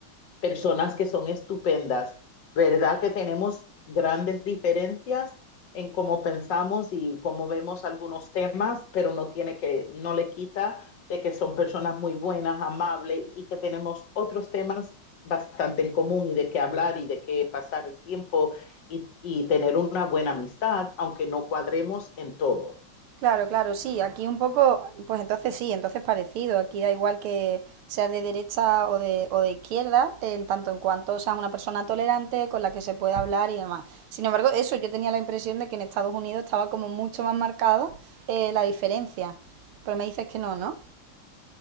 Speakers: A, on the left; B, on the right.
A: personas que son estupendas, ¿verdad? Que tenemos grandes diferencias en cómo pensamos y cómo vemos algunos temas, pero no tiene que, no le quita de que son personas muy buenas, amables y que tenemos otros temas bastante en común y de qué hablar y de qué pasar el tiempo y, y tener una buena amistad, aunque no cuadremos en todo.
B: Claro, claro, sí, aquí un poco, pues entonces sí, entonces parecido, aquí da igual que seas de derecha o de, o de izquierda, en tanto en cuanto seas una persona tolerante con la que se puede hablar y demás. Sin embargo, eso, yo tenía la impresión de que en Estados Unidos estaba como mucho más marcada eh, la diferencia, pero me dices que no, ¿no?